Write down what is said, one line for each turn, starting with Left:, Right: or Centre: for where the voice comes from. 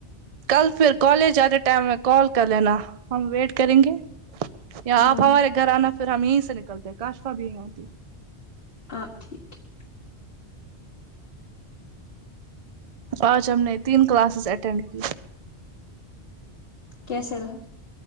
Right: کل پھر کالج آتے ٹائم میں کال کر لینا ہم ویٹ کریں گے یا
Left: ہاں
Right: آپ ہمارے گھر آنا پھر ہم یہیں سے نکلتے کاشفا بھی یہیں آتی
Left: آ ٹھیک ہے
Right: آج ہم نے تین کلاسز اٹینڈ کی
Left: کیسے رہا